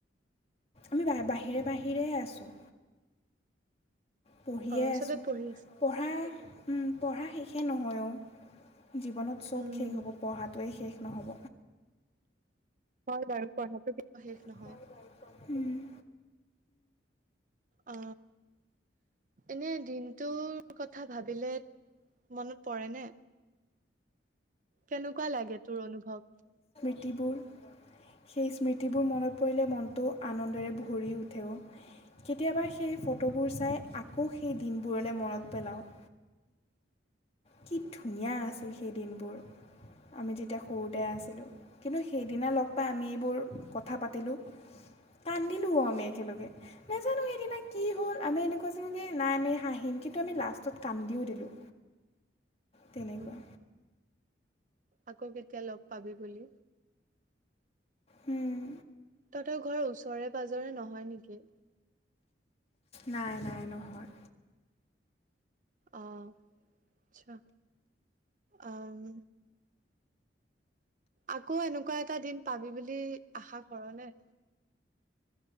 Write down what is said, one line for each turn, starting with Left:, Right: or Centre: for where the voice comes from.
Left: আমি বাহিৰে বাহিৰে আছো। পঢ়িয়ে
Right: অ',
Left: আছোঁ
Right: চবে পঢ়ি আছে।
Left: পঢ়াই পঢ়া শেষে নহয় অ জীৱনত চব
Right: উম,
Left: শেষ হ'ব পঢ়াটোৱেই শেষ নহ'ব।
Right: হয় বাৰু পঢ়াটো কিয় শেষ
Left: নহ'ব
Right: নহয়। অ এনে দিনটোৰ কথা ভাবিলে মনত পৰে ন কেনেকুৱা লাগে তোৰ অনুভৱ
Left: স। ব সেই স্মৃতিবোৰ মনত পৰিলে মনটো আনন্দৰে ভৰি উঠেও কেতিয়াবা সেই ফটোবোৰ চাই আকৌ সেই দিনবোৰলৈ মনত পেলাওঁ কি ধুনীয়া আছিল সেই দিনবোৰ আমি যেতিয়া সৰুতে আছিলো। কিন্তু সেইদিনা লগ পাই আমি এইবোৰ। কথা পাতিলোঁ। কান্দিলো আমি একেলগে নাজানো সেইদিনা কি হল আমি এনেকুৱা কৈছিলোঁ কি নাই আমি হাঁহিম কিন্তু আমি লাষ্টত কান্দিও দিলোঁ তেনেকুৱা।
Right: উম, আকৌ কেতিয়া লগ পাবি বুলি?
Left: উম।
Right: তহঁতৰ ঘৰৰ ওচৰে পাজৰে নহয় নেকি?
Left: নাই নাই নহয়।
Right: আহ আচ্ছা আহ। আকৌ এনেকুৱা এটা দিন পাবি বুলি আশা কৰ নে?